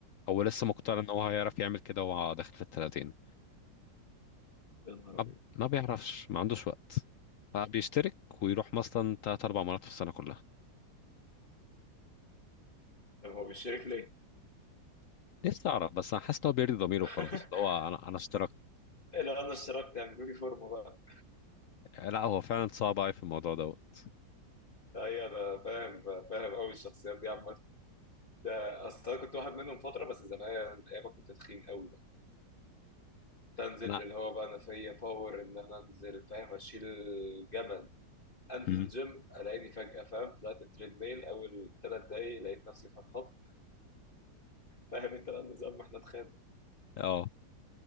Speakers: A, on the left; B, on the left.
A: هو لسه مقتنع ان هو هيعرف يعمل كده وهو داخل في الثلاثين
B: يا نهار
A: ما
B: ابيض
A: ب- ما بيعرفش ما عندوش وقت فبيشترك ويروح مثلا تلات أربع مرات في السنة كلها
B: طب هو بيشترك ليه؟
A: نفسي أعرف بس أنا حاسس إن هو بيرضي ضميره
B: <laughs>
A: خلاص اللي هو أنا أنا اشتركت
B: إيه لو انا اشتركت هيعملوا لي فورمه بقى
A: لا هو فعلا صعب أوي في الموضوع دوت
B: ايوه انا فاهم فاهم قوي الشخصيات دي عامه ده اصل انا كنت واحد منهم فتره بس زمان ايام ما كنت تخين قوي بقى تنزل
A: أنا
B: اللي هو بقى انا فيا باور ان انا انزل فاهم اشيل جبل انزل
A: مم.
B: الجيم الاقيني فجاه فاهم طلعت التريد ميل اول ثلاث دقايق لقيت نفسي في الخط فاهم انت بقى النظام واحنا اتخانق
A: أه